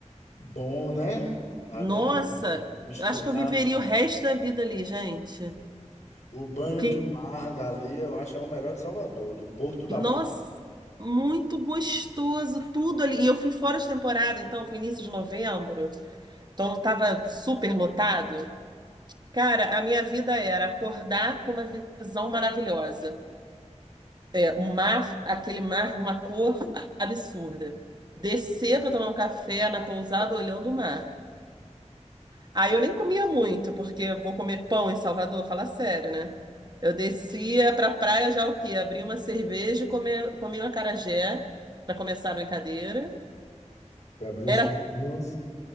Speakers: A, on the left (about 75°); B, on the right (about 35°).
A: Bom, né? Ali,
B: Nossa,
A: misturar
B: eu acho que eu viveria o resto da vida ali, gente.
A: o banho
B: Que,
A: de mar dali, eu acho é o melhor de Salvador, do Porto da
B: nossa,
A: Barra.
B: muito gostoso tudo ali. E eu fui fora de temporada, então foi início de novembro, então não estava super lotado. Cara, a minha vida era acordar com uma visão maravilhosa. É,
A: né?
B: um mar, aquele mar de uma cor absurda. Descer para tomar um café na pousada olhando o mar. Aí eu nem comia muito, porque eu vou comer pão em Salvador, fala sério, né? Eu descia para praia já o quê? Abri uma cerveja e comi, comi um acarajé para começar a brincadeira.
A: Para abrir
B: Era
A: os caminhos,